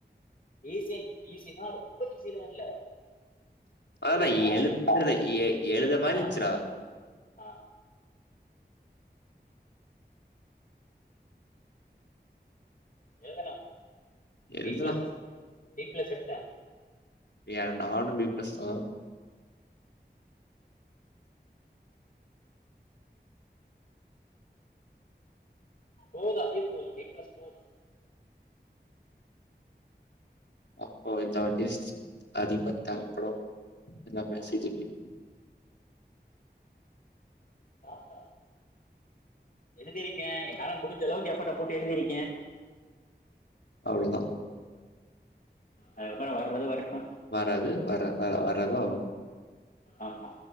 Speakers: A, on the left (about 50°); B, on the left (about 75°).
A: ஈசியன் ஈஸினா ரொம்ப ஈஸிலா இல்ல
B: அததா
A: புரியுதா
B: எழுத்றத எ எழுத மாரின்ச்றா
A: ஆ ஆ ஏதனா
B: எழுதலா
A: பி ப்ளஸ் எய்ட் ப்ளஸ் எடுத்த
B: நீ நானு பி ப்ளஸ்தா
A: போது அதே போல் பி ப்லஸ் போது
B: அப்போ இந்த அடிஸ்ட்ஸ் அதிப்ப தரப்பறோ என்ன மெசேஜீப்பி
A: ஆமா பாப்போ எழுதிருக்கே என்னால முடிஞ்ச அளவுக்கு எஃபட்ட போட்டு எழுதிருக்கே
B: அவ்ளோதா
A: அதுக்கப்ற வர்றது வரட்டு
B: வராது வர வர வரது
A: ஆமா